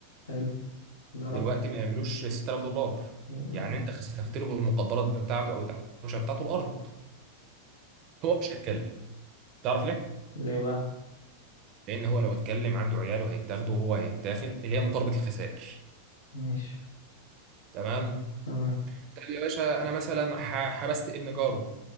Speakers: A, on the left (about 65°); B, on the right (about 40°).
A: حلو ده
B: دلوقتي
A: رقم
B: ما يعملوش 6000 دولار
A: مم.
B: يعني انت خسفت له بالمقدرات بتاعته او التحويشه بتاعته الارض هو مش هيتكلم تعرف ليه؟
A: ليه بقى
B: لان هو لو اتكلم عنده عياله هيتاخدوا وهو هيتاخد اللي هي مقاربه الخسائر
A: مش
B: تمام
A: تمام
B: طب يا باشا انا مثلا ح- حبست ابن جاره